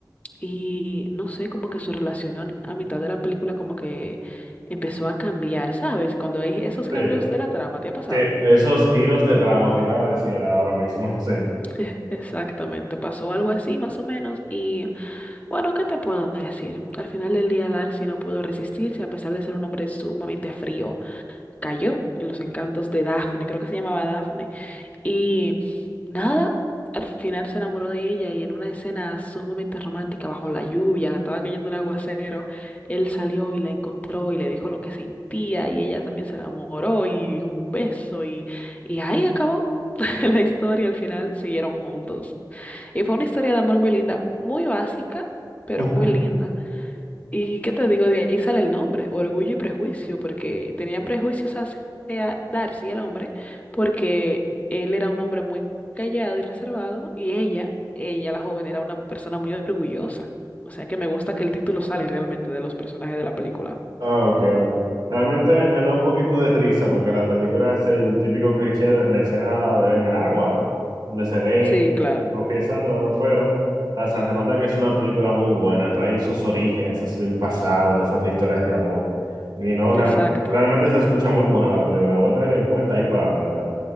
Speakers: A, on the left (about 20°); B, on the right (about 65°).
A: y no sé, como que su relación a mitad de la película como que empezó a cambiar, ¿sabes? Cuando hay esos cambios
B: Sí, sí.
A: de la trama, ¿te ha pasado?
B: Sí, esos giros de trama te iba a decir ahora mismo, sí.
A: <laughs> Exactamente, pasó algo así más o menos y bueno, ¿qué te puedo decir? Al final del día Darcy no pudo resistirse a pesar de ser un hombre sumamente frío, cayó en los encantos de Daphne, creo que se llamaba Daphne Y nada, al final se enamoró de ella y en una escena sumamente romántica bajo la lluvia, estaba cayendo un aguacero, él salió y la encontró y le dijo lo que sentía y ella también se enamoró y un beso y, y ahí acabó <laughs> la historia, al final siguieron juntos. Y fue una historia de amor muy linda, muy básica, pero
B: <laughs>
A: muy linda. Y qué te digo, de ahí sale el nombre, Orgullo y Prejuicio, porque tenían prejuicios hacia Darcy, el hombre, porque él era un hombre muy callado y reservado, y ella, ella la joven, era una persona muy orgullosa. O sea que me gusta que el título sale realmente de los personajes de la película.
B: Ah, Ok, ok. Realmente me da un poquito de risa porque la película es el típico cliché de la escena de en el agua, donde se ve,
A: Sí, claro,
B: lo que todo, pero o sea, se nota que es una película muy buena, trae esos orígenes así del pasado, de esas historias de amor. Y no,
A: exacto.
B: realmente, realmente se escucha muy buena la película, lo voy a tener en cuenta ahí para verla.